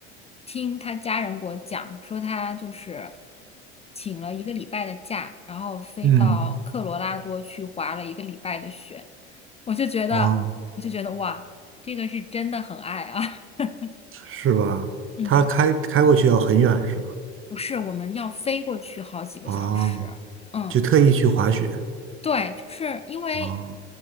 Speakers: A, on the left; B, on the right.
A: 听他家人给我讲，说他就是请了一个礼拜的假，然后飞到科罗拉多去滑了一个礼拜的雪，
B: 嗯，
A: 我就觉得，
B: 哦，
A: 我就觉得哇，这个是真的很爱啊。<laughs>
B: 是吧？
A: 嗯，
B: 它开开过去要很远是吧？
A: 不是，我们要飞过去好几个小时。
B: 哦，
A: 嗯，
B: 就特意去滑雪。
A: 对，就是因为
B: 哦，